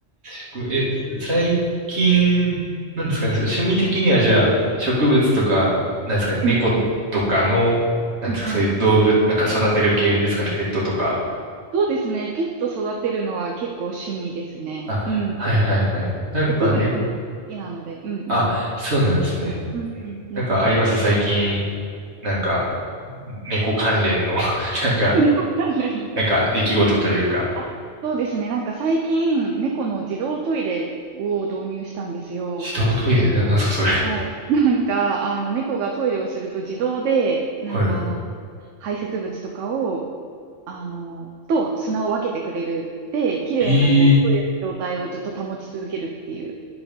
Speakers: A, on the right; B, on the right.
A: 食、え、最近、なんですかね、そう趣味的にはじゃあ、植物とか、なんですかね、猫とかの、
B: うんうん。
A: なんですか、
B: はいはい。
A: そういう動物、なんか育てる系ですかね、ペットとか。
B: そうですね。ペット育てるのは結構趣味ですね。
A: あ、
B: うん。
A: はいはいはい。なんかね、
B: 植物も好きなので。うんうん。
A: あ、そうなんですね。
B: うんうんうん。
A: なんかあります最近、なんか、猫関連の <laughs> なんか、
B: 猫関連の。
A: なんか、出来事というか。
B: あ、そうですね。なんか最近、猫の自動トイレを導入したんですよ。
A: 自動トイレな、なんすか、それ。
B: はい。なんか、あの、猫がトイレをすると自動で、なんかあの、
A: はい。
B: 排泄物とかをあの、と砂を分けてくれる。で、綺麗なこう、
A: ええー
B: そういう状態をずっと保ち続けるっていう、